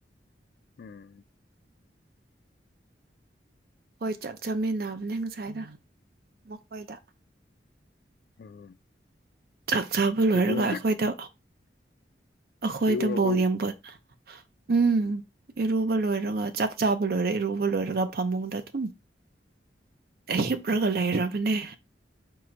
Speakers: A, on the left (about 55°); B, on the right (about 55°).
A: ꯎꯝ
B: ꯍꯣꯏ ꯆꯥꯛ ꯆꯥꯃꯤꯟꯅꯕꯅꯦ ꯉꯁꯥꯏꯗ ꯃꯈꯣꯏꯗ
A: ꯎꯝ
B: ꯆꯥꯛ ꯆꯥꯕ ꯂꯣꯏꯔꯒ
A: ꯏꯔꯨ
B: ꯑꯩꯈꯣꯏꯗ ꯑꯩꯈꯣꯏꯗ
A: ꯏꯔꯨꯔꯕꯣ
B: ꯕꯣꯒꯦꯝꯕꯣꯠ ꯎꯝ ꯏꯔꯨꯕ ꯂꯣꯏꯔꯒ ꯆꯥꯛ ꯆꯥꯕ ꯂꯣꯏꯔꯦ ꯔꯣꯕ ꯂ ꯑꯣꯏꯔꯒ ꯐꯝꯃꯗ ꯇꯨ ꯑꯩ ꯍꯤꯞꯂꯒ ꯂꯩꯔꯕꯅꯦ